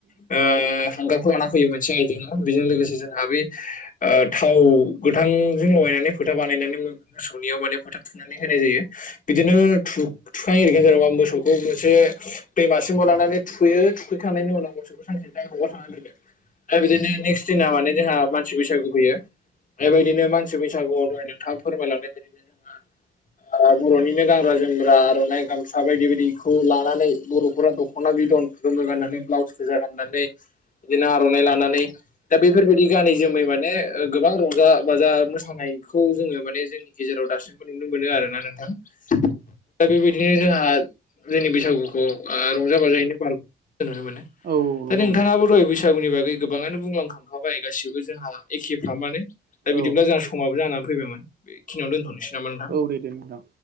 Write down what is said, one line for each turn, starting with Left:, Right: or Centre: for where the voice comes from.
Left: ओ हांगारखौ लाना होयो मोनसे आय <unintelligible> ना बेजों लोगोसे जोंहा बे ओ थाव गोथां जों लगायनानै फोथा बानायनानै मोसौनियाव माने फोथा थु नै होनाय जायो बिदिनो थु थुखां इरिखां जेन'बा मोसौखौ मोनसे दैमासिम लानानै थुखैयो थुखै खांनायनि उनाव <unintelligible> आमफाय बिदिनो नेक्स्ट दिना माने जोंहा मानसि बैसागु फैयो। बेबायदिनो मानसि बैसागु आव दहाय नोंथाङा फोरमायलांनाय बायदिनो जोंहा ओ बर'निनो गानग्रा जोमग्रा आर'नाय गामसा बायदि बायदि खौ लानानै बर'फोरा दख'ना बिदन गोमो गाननानै ब्लाउस गोजा गाननानै बिदिनो आर'नाइ लानानै दा बेफोरबायदि गानै जोमै माने ओ गोबां रंजा बाजा मोसानाय खौ जोङो माने जों गेजेराव दासिमबो नुनो मोनो आरोना नोंथां। दा बेबायदिनो जोंहा जोंनि बैसागुखौ आ रंजा बाजायैनो बार होनो मोनो।
Right: औ नंगौ
Left: दा नोंथाङाबो
Right: नंगौ
Left: दहाय बैसागुनि बागै गोबांङानो बुंलां खांखाबाय गासिबो जोंहा एखे फ्रामानो दा बिदिब्ला
Right: औ
Left: जोंहा समाबो जानानै फैबायमोन बेखिनियाव दोनथ'नोसै नामा नोंथां?
Right: फैदों नोंथां।